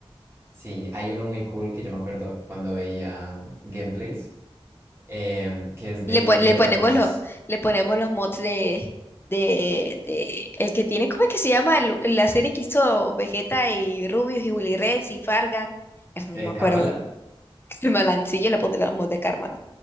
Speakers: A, on the right (about 25°); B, on the left (about 20°).
A: sí, hay uno muy cool que yo me acuerdo cuando veía um, gameplays, em, que es de,
B: Le, pon-
A: de
B: le
A: dragones.
B: ponemos los, le ponemos los mods de, de, de el que tiene, ¿cómo es que se llama? El- la serie que hizo Vegeta y Rubius y Willy Rex y Fargan. Mierda,
A: Eh,
B: No me acuerdo.
A: ¿Karmaland?
B: <laughs> El malancillo le pondría los mods de karma